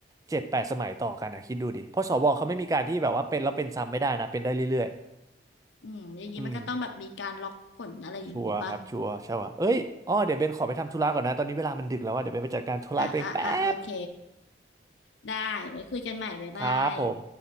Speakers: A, on the right (about 20°); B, on the left (about 85°).
A: เจ็ดแปดสมัยต่อกันนะคิดดูดิเพราะสวเขาไม่มีการที่แบบว่าเป็นแล้วเป็นซ้ำไม่ได้นะเป็นได้เรื่อย
B: <laughs> อืมอย่างนี้มันก็ต้องแบบมีการล็อกผลอะไรอย่างนี้ปะ
A: ๆอืมชัวร์ครับชัวร์ใช่ว่ะเอ้ยอ้อเดี๋ยวเบนขอไปทำธุระก่อนนะตอนนี้เวลามันดึกแล้วว่าเดี๋ยวเบนไปจัดการธุระตัวเองแป๊บ
B: อ่ะอ่ะอ่ะโอเค ได้ไว้คุยกันใหม่บ๊ายบาย
A: ครับผม